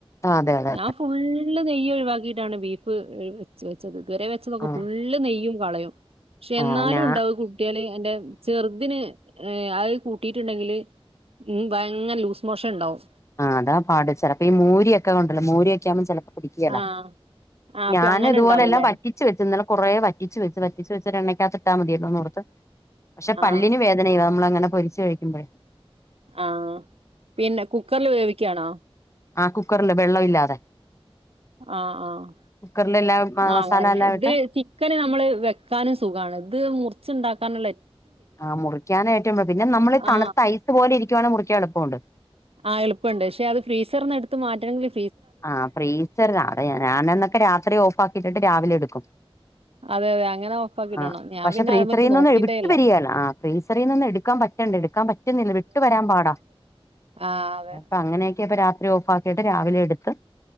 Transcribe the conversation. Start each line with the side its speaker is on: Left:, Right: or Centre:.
Left: ആഹ് അതെ അതെ
Right: ഞാൻ ഫുള്ള് നെയ്യ് ഒഴിവാക്കിട്ടാണ് ബീഫ് വച്ച് വെച്ചത് ഇത് വരെ വെച്ചതൊക്കെ
Left: ആഹ്
Right: ഫുള്ള് നെയ്യും. കളയും പഷേ
Left: ആഹ്
Right: എന്നാലും
Left: ഞാ
Right: ഉണ്ടാവും. കു കുട്ടിയാല് എന്റെ ചെറുതിന് അത് കൂട്ടിട്ട്ണ്ടങ്കില് ഭയങ്കര ലൂസ് മോഷൻ ണ്ടാവും.
Left: ആഹ് അതാ പാട് ചെലപ്പോ ഈ മൂരി ഒക്കെണ്ടല്ലോ മൂരിയൊക്കൊമ്പോ ചെല പിടിക്കെല
Right: ആഹ് ആഹ് അപ്പ
Left: ഞാന്
Right: അങ്ങനെ
Left: ഇത്പോലെ
Right: ഉണ്ടാവുംല്ലേ?
Left: എല്ലാംപറ്റി ച്ച് വെച്ച് ഇന്നലെകൊറേ വറ്റിച്ച് വെച്ചു വറ്റിച്ചുവെച്ചത് എണ്ണക്കാത്തിട്ടാമതിയല്ലോന്ന് ഓർത്ത് പഷേ പല്ലിന്
Right: ആഹ്
Left: വേ അങ്ങനെ ചെയ്യുവോ നമ്മളങ്ങനെ പൊരിച്ച് കഴിക്കുമ്പഴെ.
Right: ആഹ് പിന്നെ കുക്കറില് വേവിക്ക്യാണോ?
Left: ആഹ് കുക്കറില് വെള്ളം ഇല്ലാതെ.
Right: ആഹ് ആഹ്
Left: കുക്കറിലെല്ലാം
Right: ആഹ്
Left: മസാല
Right: അങ്ങന്നെ
Left: എല്ലാം
Right: ഇത്
Left: ഇട്ട്
Right: ചി ക്കന് നമ്മള് വെക്കാനും സുഖാണ് ഇത് മുറിച്ച്ണ്ടാക്കാന്ള്ളെ
Left: ആഹ് മുറിക്കാനാ ഏറ്റവും പാട് പിന്നെ നമ്മള്
Right: ആ
Left: തണ്ത്ത ഐസ്പോലരിക്കവാണെ മുറിക്കാള്പ്പംണ്ട്.
Right: ആഹ് എള്പ്പണ്ട് ഷേ അത് ഫ്രീസറിന്ന് എട്ത്ത് മാറ്റണങ്കിലി
Left: ആഹ് ഫ്രീസലാഅവ്ടെ ഞാനന്നൊക്കെ രാത്രി ഓഫാക്കിട്ടിട്ട് രാവിലെ എട്ക്കും.
Right: അതെ അതെ അങ്ങനെ ഓഫ് ആക്കിയിടണം.
Left: ആഹ്
Right: ഞാൻ
Left: പഷേ
Right: പിന്നെ
Left: ഫ്രീസറിനൊന്ന്
Right: അതിലേക്ക് നോക്കിയിട്ടേ
Left: വിട്
Right: ഇല്ല.
Left: വരിയേലോ ആഹ് ഫ്രീസറിനൊന്ന് എട്ക്കാൻ പറ്റ റ്റൊണ്ട് എട്ക്കാൻ പറ്റുന്നില്ല വിട്ട് വരാൻ പാടാ.
Right: ആഹ് അതെ
Left: പ്പ അങ്ങനെയൊക്കെ ഇപ്പ രാത്രി ഓഫാക്കിയിട്ട് രാവിലെ എട്ത്ത്